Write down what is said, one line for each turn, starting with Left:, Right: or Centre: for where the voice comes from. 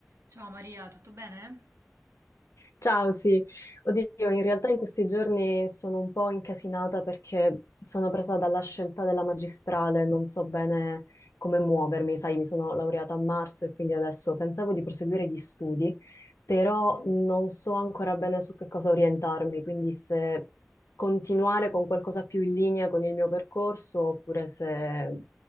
Right: Ciao Maria, tutto bene?
Left: Ciao, sì. Oddio, in realtà in questi giorni sono un po' incasinata perché sono presa dalla scelta della magistrale, non so bene come muovermi, sai, mi sono laureata a marzo e quindi adesso pensavo di proseguire gli studi, però non so ancora bene su che cosa orientarmi, quindi se continuare con qualcosa più in linea con il mio percorso oppure se,